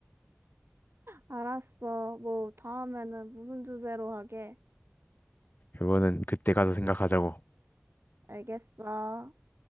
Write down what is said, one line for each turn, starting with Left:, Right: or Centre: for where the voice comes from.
Right: 알았어. 뭐 다음에는 무슨 주제로 하게?
Left: 이거는 그때 가서 생각하자고.
Right: 알겠어.